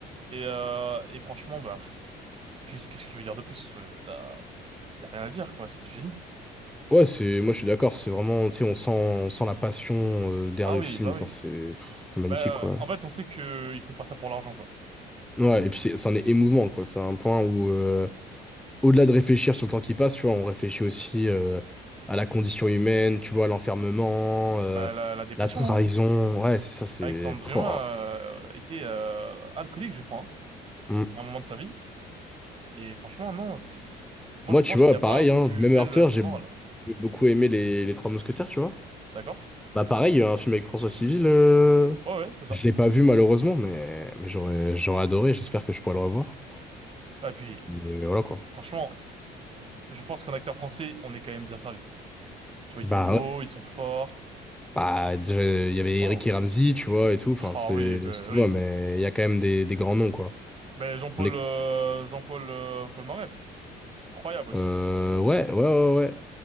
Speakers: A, on the right; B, in the centre.
A: Et, euh, et franchement, bah, pff, qu'est- qu'est-ce que je veux dire de plus? Euh, T'as, y a rien à dire, quoi. C'est du génie.
B: Ouais, c'est, moi, je suis d'accord, c'est vraiment, tu sais, on sent, on sent la passion euh, derrière
A: Ah
B: le
A: oui,
B: film.
A: bah
B: Enfin,
A: oui.
B: c'est pff, c'est magnifique,
A: Bah, euh,
B: quoi.
A: en fait, on sait que ils font pas ça pour l'argent, quoi.
B: Ouais, et puis c'est- c'en est émouvant, quoi. C'est un point où, euh, au-delà de réfléchir sur le temps qui passe, tu vois, on réfléchit aussi euh, à la condition humaine, tu vois, à l'enfermement, euh,
A: Bah, la, la dépression,
B: la trahison.
A: hein.
B: Ouais, c'est ça, c'est.
A: Alexandre
B: Pouah.
A: Dumas euh, était euh, alcoolique, je crois, hein,
B: Mm.
A: à un moment de sa vie. Et franchement, non, c'est. Moi,
B: Moi,
A: je
B: tu
A: pense
B: vois,
A: qu'il n'y a
B: pareil,
A: pas
B: hein,
A: plus
B: même
A: belle
B: Arthur
A: leçon
B: j'ai
A: de morale.
B: j'ai beaucoup aimé les, les Trois Mousquetaires, tu vois.
A: D'accord?
B: Bah, pareil, il y a un film avec François Civil, euh,
A: Ouais, ouais, c'est ça.
B: je l'ai pas vu malheureusement, mais, mais j'aurais j'aurais adoré, j'espère que je pourrai le revoir.
A: Ah, Et puis,
B: Mais voilà, quoi.
A: franchement, je pense qu'en acteur français, on est quand même bien servi. Tu vois, ils
B: Bah,
A: sont beaux,
B: ouais.
A: ils sont forts.
B: Bah,
A: Euh,
B: déjà, il y avait
A: Waouh.
B: Ricky Ramsey, tu vois, et tout. Enfin,
A: Ah
B: c'est,
A: oui, bah
B: excuse-moi,
A: oui.
B: mais il y a quand même des, des grands noms, quoi.
A: Ben Jean-Paul
B: On est-
A: euh, Jean-Paul euh, Paul Moref. Incroyable aussi.
B: Euh, ouais, ouais, ouais, ouais.